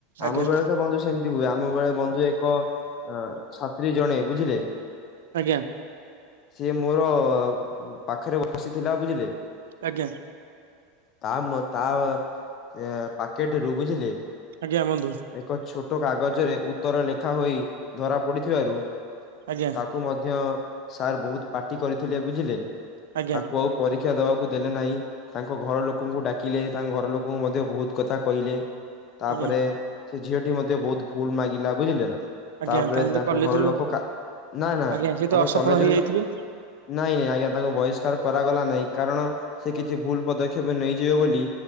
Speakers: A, on the right; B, on the left.
A: ଆଜ୍ଞା
B: ଆମ ବେଳେ ତ ବନ୍ଧୁ ସେମିତି ହୁଏ ଆମ ବେଳେ ବନ୍ଧୁ ଏକ ଅ ଛାତ୍ରୀ ଜଣେ ବୁଝିଲେ?
A: ଆଜ୍ଞା।
B: ସିଏ ମୋର ପାଖରେ ବସିଥିଲା ବୁଝିଲେ।
A: ଆଜ୍ଞା।
B: ତା ମ ତା ଏ ପାକେଟରୁ ବୁଝିଲେ?
A: ଆଜ୍ଞା ବଧୁ।
B: ଏକ ଛୋଟ କାଗଜରେ ଉତ୍ତର ଲେଖା ହୋଇ ଧରା ପଡିଥିବାରୁ
A: ଆଜ୍ଞା
B: ତାକୁ ମଧ୍ୟ ସାର୍ ବହୁତ ପାଟି କରିଥିଲେ ବୁଝିଲେ
A: ଆଜ୍ଞା
B: ତାକୁ ଆଉ ପରି ଶିକ୍ଷା ଦେବାକୁ ଦେଲେ ନାହିଁ ତାଙ୍କ ଘର ଲୋକଙ୍କୁ ଡାକିଲେ ତାଙ୍କ ଘର ଲୋକଙ୍କୁ ମଧ୍ୟ ବହୁତ କଥା କହିଲେ। ତାପରେ
A: ଆଜ୍ଞା
B: ସେ ଝିଅଟି ମଧ୍ୟ ବହୁତ ଭୁଲ ମାଗିଲା ବୁଝିଲେ ନା?
A: ଆଜ୍ଞା
B: ତାପରେ
A: ତାହେଲେ ତ
B: ତାଙ୍କ
A: କଲେଜରୁ
B: ଘର ଲୋକ କା ନା ନା
A: ଆଜ୍ଞା ସିଏ ତ
B: ଆମେ
A: ଅସଫଳ
B: କଲେଜରୁ
A: ହେଇଯାଇଥିବେ
B: ନାଇଁ ନାଇଁ ଆଜ୍ଞା ତାଙ୍କୁ ବହିଷ୍କାର କରାଗଲା ନାହିଁ କାରଣ ସେ କିଛି ଭୁଲ ପଦକ୍ଷେପ ନେଇଯିବେ ବୋଲି